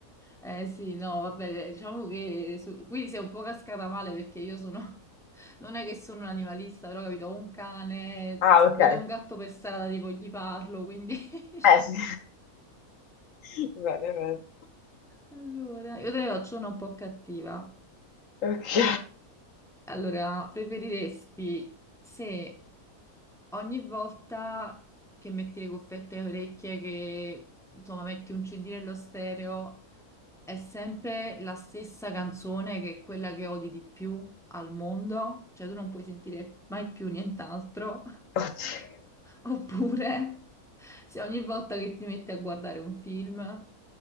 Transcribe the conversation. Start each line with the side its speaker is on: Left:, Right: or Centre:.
Centre: Eh sì, no, vabbè, diciamo che su- qui sei un po' cascata male perché io sono, <laughs> non è che sono un animalista, però capito, ho un cane,
Left: Ah,
Centre: se
Left: ok.
Centre: vedo un gatto per strada tipo gli parlo, quindi... <laughs> cioè,
Left: Eh sì. <laughs> Bene, bene.
Centre: Allora, io te ne faccio una un po' cattiva.
Left: Ok.
Centre: Allora, preferiresti se ogni volta che metti le cuffiette alle orecchie, che insomma metti un CD nello stereo, è sempre la stessa canzone che è quella che odi di più al mondo, cioè tu non puoi sentire mai più nient'altro,
Left: Oddio.
Centre: <laughs> oppure se ogni volta che ti metti a guardare un film,